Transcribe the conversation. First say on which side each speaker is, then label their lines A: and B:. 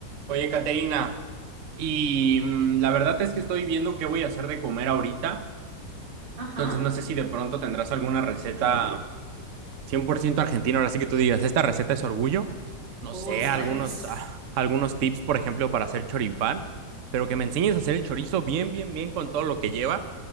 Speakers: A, on the right; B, on the right.
A: Oye, Caterina, y mm, la verdad es que estoy viendo qué voy a hacer de comer ahorita,
B: Ajá.
A: entonces no sé si de pronto tendrás alguna receta 100% argentina, ahora sí que tú digas, esta receta es orgullo, no
B: Uy,
A: sé,
B: ¿sabes
A: algunos,
B: qué? es?
A: ah, algunos tips, por ejemplo, para hacer choripán, pero que me enseñes a hacer el chorizo bien, bien, bien con todo lo que lleva,